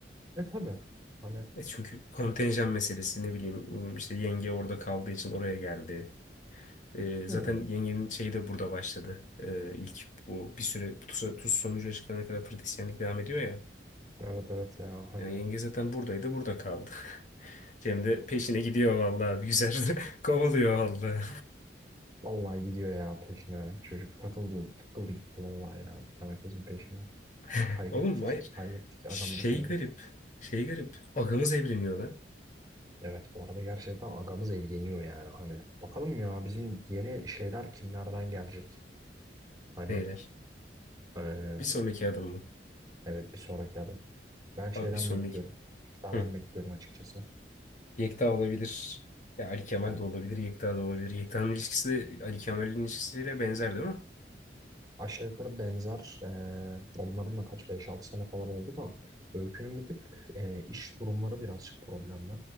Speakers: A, on the right (about 20°); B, on the left (about 45°).
A: E tabii. Hani
B: E çünkü kontenjan meselesi ne bileyim ım, işte yenge orada kaldığı için oraya geldi. Ee,
A: hmm.
B: zaten yengenin şeyi de burada başladı. Ee, ilk bu bir süre bu TUS, TUS sonucu açıklanana kadar pratisyenlik devam ediyor ya.
A: Evet evet ya hani
B: Yani yenge zaten buradaydı burada kaldı. <laughs> Cem de peşine gidiyor vallahi güzel <laughs> kovalıyor vallahi.
A: vallahi gidiyor ya peşine. Çocuk takıldı takıldı gitti vallahi ya bir tane kızın peşine.
B: <laughs>
A: Kaybettik.
B: Oğlum hayır.
A: Kaybettik. Agamızı
B: Şey
A: kaybettik.
B: garip. Şey garip. Ağamız evreniyor lan.
A: Evet bu arada gerçekten agamız evleniyor yani hani. Bakalım ya bizim yeni şeyler kimlerden gelecek? Hani
B: Neyler?
A: eee,
B: Bir sonraki adım mı?
A: evet bir sonraki adım. Ben şeyden
B: Abi bir sonraki.
A: bekliyorum. Tekrardan
B: Hı.
A: bekliyorum açıkçası.
B: Yekta olabilir. Ya Ali Kemal
A: Ben
B: de olabilir. Yekta da olabilir. Yekta'nın ilişkisi de Ali Kemal'in ilişkisiyle benzer değil mi?
A: aşağı yukarı benzer eee, onların da kaç beş altı sene falan oldu da Öykü'nün bir tık eee, iş durumları birazcık problemli.